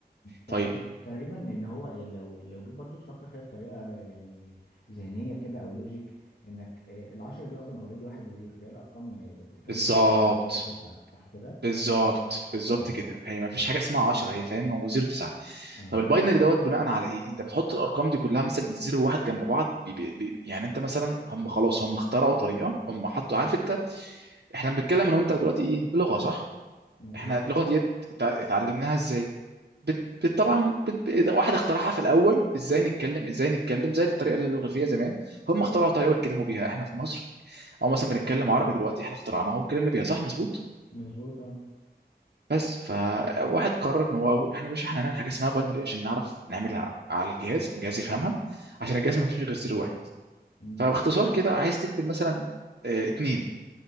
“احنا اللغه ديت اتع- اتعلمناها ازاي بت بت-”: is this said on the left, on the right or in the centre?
Right